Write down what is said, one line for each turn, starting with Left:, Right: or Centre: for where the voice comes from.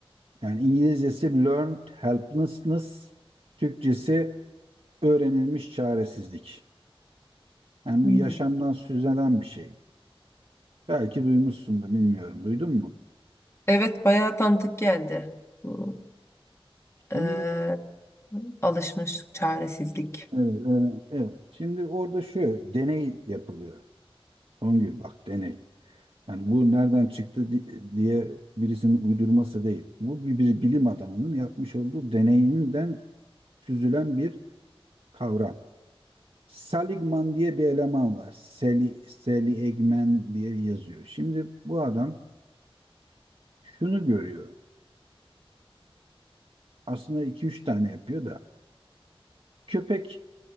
Right: Yani İngilizcesi learned helplessness, Türkçesi öğrenilmiş çaresizlik. Yani
Left: Hmm.
Right: bu yaşamdan süzülen bir şey. Belki duymuşsundur, bilmiyorum. Duydun mu?
Left: Evet bayağı tanıdık geldi. Bu eee,
Right: Şimdi
Left: alışmış çaresizlik.
Right: evet, evet. evet. Şimdi orada şu deney yapılıyor. Songül bak deney. Yani bu nereden çıktı di- diye birisinin uydurması değil. Bu bir, bir bilim adamının yapmış olduğu deneyinden süzülen bir kavram. Seligman diye bir eleman var. Seli, Seli Egmen diye yazıyor. Şimdi bu adam şunu görüyor. Aslında iki üç tane yapıyor da. Köpek